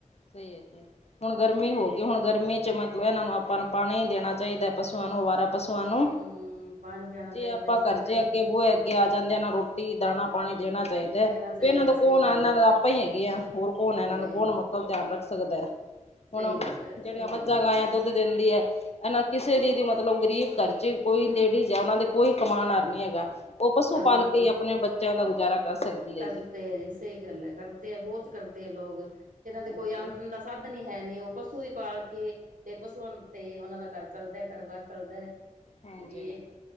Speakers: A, on the left; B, on the right.
A: ਸਹੀ ਏ ਜੀ਼ ਹੁਨ ਗਰਮੀ ਹੋ ਗਈ ਹੁਨ ਗਰਮੀ ਚ ਮਤਲਬ ਇਹਨਾਂ ਨੂੰ ਆਪਾਂ ਨੂੰ ਪਾਨੀ ਦੇਨਾ ਚਾਈਦਾ ਪਸੂਆਂ ਨੂੰ ਅਵਾਰਾ ਪਸੂਆਂ
B: ਹਮ
A: ਨੂੰ।
B: ਪਾਣੀ ਪਿਆਣਾ
A: ਜੇ
B: ਚਾਹੀਦਾ
A: ਆਪਾਂ
B: ਸਹੀ
A: ਕਰਜੇ
B: ਗੱਲ ਹੈ
A: ਅੱਗੇ ਬੂਏ ਅੱਗੇ ਆ ਜਾਂਦੇ ਆ ਨਾ ਰੋਟੀ ਦਾਨਾ ਪਾਨੀ ਦੇਨਾ ਚਾਈਦਾ ਐ
B: ਦੇਣਾ ਚਾਹੀਦਾ
A: ਇਹਨਾਂ ਦਾ
B: ਸਹੀ
A: ਕੌਣ
B: ਗੱਲ
A: ਆ ਇਹਨਾਂ
B: ਹੈ
A: ਤਾਂ ਆਪਾਂ ਈ ਹੈਗੇ ਆ ਹੋਰ ਕੌਣ
B: ਹਾਂਜੀ
A: ਇਹਨਾਂ ਨੂੰ ਕੌਣ ਮਤਲਬ ਧਿਆਨ ਰੱਖ ਸਕਦਾ,
B: ਸਹੀ
A: ਹੁਣ
B: ਗੱਲ ਹੈ ਸਹੀ
A: ਜਿਹੜੀਆਂ ਮੱਝਾਂ
B: ਗੱਲ ਹੈ
A: ਗਾਇਆ
B: ਜੀ
A: ਦੁ ਦੁਧ ਦਿੰਦੀ ਐ। ਇਹਨਾ ਕਿਸੇ ਦੀ ਵੀ ਮਤਲਬ ਗਰੀਬ ਘਰ ਚ ਕੋਈ ਲੇਡੀਜ਼ ਏ ਉਨਾ ਦੇ ਕੋਈ ਕਮਾਣ ਆਲ ਨੀ ਐਗਾ ਓ ਪਸ਼ੂ
B: ਹਾਂਜੀ
A: ਪਾਲ ਕੇ ਈ ਅਪਣੇ ਬੱਚਿਆਂ ਦਾ ਗੁਜ਼ਾਰਾ ਕਰ ਸਕਦੀ
B: ਕਰਦੇ
A: ਹੈ
B: ਏ ਜੀ ਸਈ ਗੱਲ ਏ, ਕਰਦੇ ਆ ਬੋਤ ਕਰਦੇ ਆ ਲੋਕ, ਜਿਹਨਾਂ ਦੇ
A: ਹਾਂਜੀ
B: ਕੋਈ ਆਮਦਨ ਦਾ ਸਾਧਣ ਈ ਹੈ ਨੀ ਉਹ ਪਸੂ ਹੀ ਪਾਲ ਕੇ ਤੇ ਪਸ਼ੂਆਂ ਤੇ ਉਹਨਾਂ ਦਾ ਘਰ ਚੱਲਦਾ ਘਰਬਾਰ ਚੱਲਦਾ।
A: ਹਾਂਜੀ
B: ਵੀ ਇੱਕ